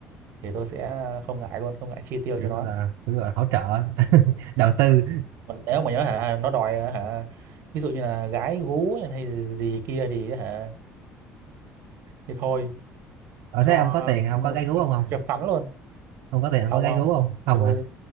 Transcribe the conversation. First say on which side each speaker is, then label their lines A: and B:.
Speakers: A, on the right; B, on the right.
A: thì tôi sẽ không ngại luôn không ngại chi tiêu
B: kiểu
A: cho nó
B: gọi là kiểu gọi là hỗ trợ <laughs> đầu tư
A: còn nếu mà nhớ hả nó đòi hả ví dụ như là gái gú hay gì, gì kia thì hả thì thôi
B: ở
A: cho
B: thế ông có tiền ông có gái gú không không
A: cho phắn luôn
B: không có tiền không
A: không
B: có gái
A: không
B: gú không không
A: tôi
B: à